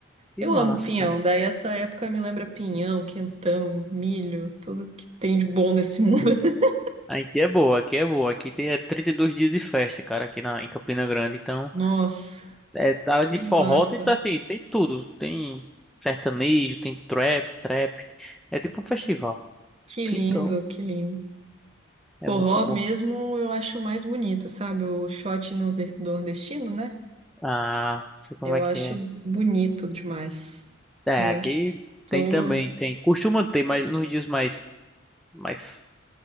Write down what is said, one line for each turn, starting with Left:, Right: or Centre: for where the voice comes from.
Centre: Que
Right: Eu
Centre: massa,
Right: amo pinhão.
Centre: cara.
Right: Daí essa época me lembra pinhão, quentão, milho, tudo que tem de bom nesse mundo. <laughs>
Centre: Aqui é boa, aqui é boa. Aqui tem é 32 dias de festa, cara, aqui na, em Campina Grande. Então...
Right: Nossa,
Centre: É, tá de
Right: que
Centre: forró,
Right: massa.
Centre: tem, tá assim, tem tudo. Tem sertanejo, tem trap, trap. É tipo um festival.
Right: Que
Centre: <laughs>
Right: lindo,
Centre: Então,
Right: que lindo. Forró
Centre: é muito bom.
Right: mesmo eu acho mais bonito, sabe? O shot no de- nordestino, né?
Centre: Ah, sei como
Right: Eu
Centre: é que
Right: acho
Centre: é.
Right: bonito demais.
Centre: É,
Right: Eu
Centre: aqui
Right: Tô.
Centre: tem também, tem. Costuma ter, mas nos dias mais, mais